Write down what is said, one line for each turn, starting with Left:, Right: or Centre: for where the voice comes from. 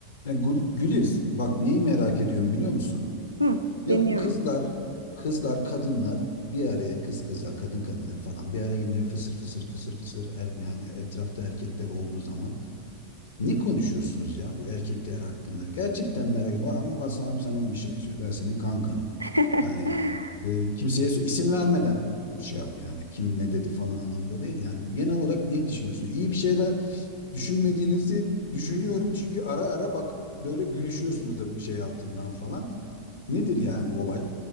Left: Ya Gül- Güliz, bak neyi merak ediyorum biliyor musun?
Right: Hı,
Left: Ya
Right: dinliyorum.
Left: bu kızlar, kızlar, kadınlar bir araya kız kıza, kadın kadına falan bir araya gelince fısır fısır fısır fısır er- yani etrafta erkekler olduğu zaman ne konuşuyorsunuz ya bu erkekler hakkında? Gerçekten merak ediyorum. Ama ben sam- samimi bir şey söylüyorum. Ben senin kankanım.
Right: <laughs>
Left: Yani e, kimseye sö- isim vermeden şey yap yani. Kim ne dedi falan anlamında değil. Yani genel olarak ne düşünüyorsunuz? İyi bir şeyler düşünmediğinizi düşünüyorum. Çünkü ara ara bakıp böyle gülüşüyorsunuz da şey altından falan. Nedir yani olay?